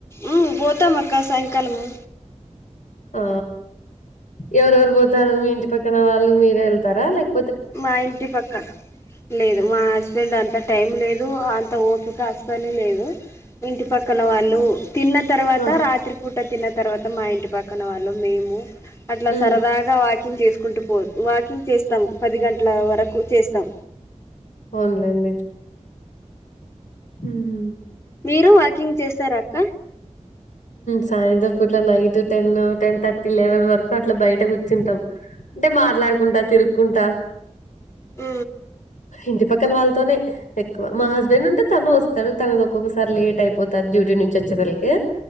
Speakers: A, on the left (about 20°); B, on the left (about 85°).
A: ఉ పోతాం అక్క సాయంకాలము
B: ఆ ఎవరెవరు పోతారు మీ ఇంటి పక్కన వాళ్ళు మీరే వేళ్తారా లేక్
A: మా ఇంటి పక్క లేదు మా హస్బెండ్ అంతా టైం లేదు అంత ఓపిక అసలు లేదు ఇంటి పక్కల వాళ్ళు తిన్న తర్వాత
B: ఆ
A: రాత్రి పూట తిన్న తర్వాత మా ఇంటి పక్కన వాళ్ళు మేము అట్లా
B: ఉమ్
A: సరదాగా అ వాకింగ్ చేసుకుంటూ పో వాకింగ్ చేస్తాం పది గంటల వరకు చేస్తాం
B: అవున్లండి హమ్
A: మీరు వాకింగ్ చేస్తార అక్క
B: సాయంత్రం పుట్ల night ten ten thirty eleven వరకు అట్లా బయట కూర్చుంటాం అంటే మాట్లాడుకుంటా తిరుక్కుంటా
A: ఉ
B: ఇంటి పక్కన వాళ్ళతోనే ఎక్కువ మా హస్బెండ్ ఉంటే తను వస్తాడు తనది ఒక్కొక్కసారి లేట్ అయిపోతాంది డ్యూటీ నుంచి వచ్చేదలకి